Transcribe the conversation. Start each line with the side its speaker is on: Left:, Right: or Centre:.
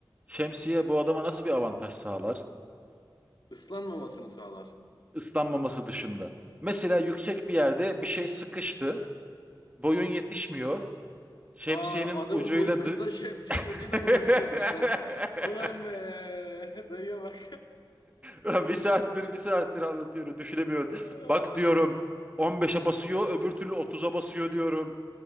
Right: şemsiye bu adama nasıl bir avantaj sağlar?
Left: Islanmamasını sağlar.
Right: Islanmaması dışında. Mesela yüksek bir yerde bir şey sıkıştı. Boyun yetişmiyor. Şemsiyenin
Left: Aa adamın
Right: ucuyla
Left: boyu
Right: dü-
Left: kısa <laughs> şemsiyenin
Right: <laughs>
Left: ucuyla mı dürtüyormuş lan? <laughs> Ulan be dayıya bak.
Right: Ulan bir saattir bir saattir anlatıyorum düşünemiyorum.
Left: <laughs>
Right: Bak diyorum 15'e basıyor öbür türlü 30'a basıyor diyorum.